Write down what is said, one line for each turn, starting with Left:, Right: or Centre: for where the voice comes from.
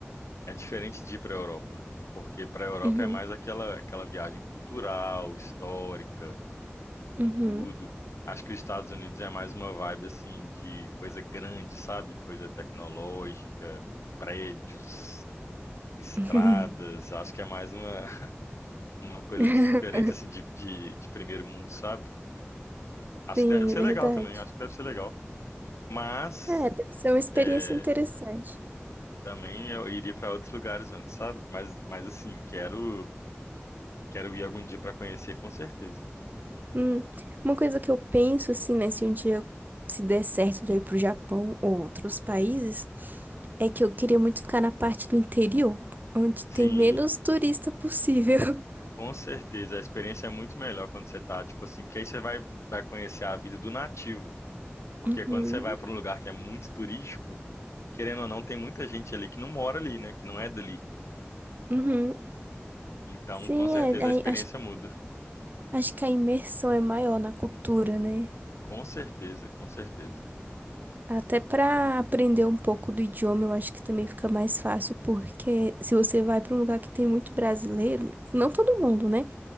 Left: é diferente de ir para a Europa, porque para a Europa
Right: Uhum,
Left: é mais aquela, aquela viagem cultural, histórica
Right: uhum,
Left: e tudo. Acho que os Estados Unidos é mais uma vibe, assim, de coisa grande, sabe? Coisa tecnológica, prédios, estradas.
Right: uhum.
Left: Acho que é mais uma, <laughs> uma coisa
Right: <laughs>
Left: diferente, assim, de, de, de primeiro mundo, sabe? Acho
Right: Sim,
Left: que deve ser
Right: verdade.
Left: legal também, acho que deve ser legal. Mas
Right: É, deve ser uma experiência
Left: é,
Right: interessante.
Left: também eu iria para outros lugares antes, sabe? Mas, mas assim, quero, quero ir algum dia para conhecer, com certeza.
Right: Hum, uma coisa que eu penso, assim, né, se um dia se der certo de eu ir pro Japão ou outros países, é que eu queria muito ficar na parte do interior, onde tem
Left: Sim,
Right: menos turista possível. <laughs>
Left: com certeza. A experiência é muito melhor quando você tá, tipo assim, porque aí você vai, vai conhecer a vida do nativo. Porque
Right: Uhum,
Left: quando você vai para um lugar que é muito turístico, querendo ou não, tem muita gente ali que não mora ali, né? Que não é dali.
Right: uhum.
Left: Então,
Right: Sim,
Left: com certeza
Right: é, aí
Left: a experiência
Right: acho,
Left: muda.
Right: acho que a imersão é maior na cultura, né?
Left: Com certeza, com certeza.
Right: Até pra aprender um pouco do idioma, eu acho que também fica mais fácil, porque se você vai pra um lugar que tem muito brasileiro, não todo mundo, né?